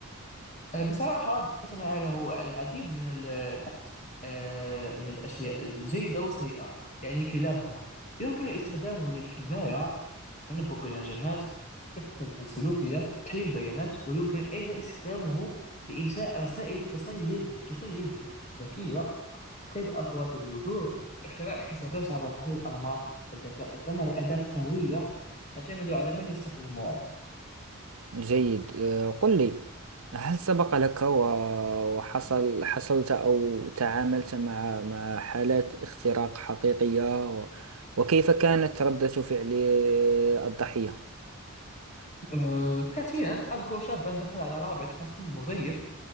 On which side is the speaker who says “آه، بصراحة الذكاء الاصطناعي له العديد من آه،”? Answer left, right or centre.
Left